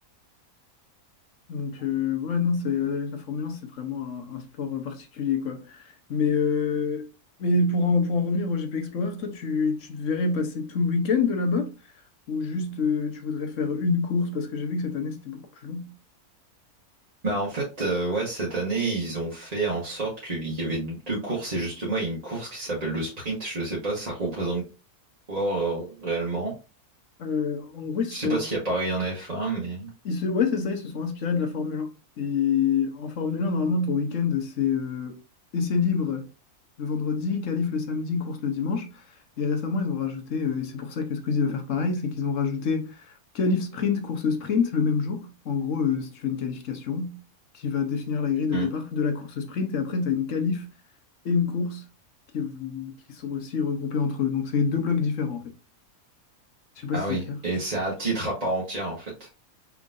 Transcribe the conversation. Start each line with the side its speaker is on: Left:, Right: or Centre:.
Left: Donc euh, ouais, non, c'est, la, la Formule un, c'est vraiment un, un sport euh, particulier, quoi. Mais, euh, mais pour en, pour en revenir au GP Explorer, toi, tu, tu te verrais passer tout le week-end de là-bas? Ou juste euh, tu voudrais faire une course? Parce que j'ai vu que cette année, c'était beaucoup plus long.
Right: Bah en fait, euh, ouais, cette année, ils ont fait en sorte qu'il y avait deux courses et justement, il y a une course qui s'appelle le sprint. Je sais pas, ça représente quoi euh, réellement?
Left: Euh, en gros, ils se
Right: Je
Left: sont...
Right: sais pas s'il y a pareil en F1, mais...
Left: ils se- ouais, c'est ça, ils se sont inspirés de la Formule 1. Et en Formule 1, normalement, ton week-end, c'est euh, essai libre le vendredi, qualif le samedi, course le dimanche. Et récemment, ils ont rajouté, euh, et c'est pour ça que Squeezie va faire pareil, c'est qu'ils ont rajouté qualif sprint, course sprint le même jour. En gros, euh, si tu fais une qualification qui va définir la grille de
Right: Hmm.
Left: départ de la course sprint, et après, tu as une qualif et une course qui, qui sont aussi regroupées entre eux. Donc, c'est deux blocs différents, en fait. Je sais pas
Right: Ah
Left: si c'est
Right: oui,
Left: clair.
Right: et c'est à titre à part entière, en fait.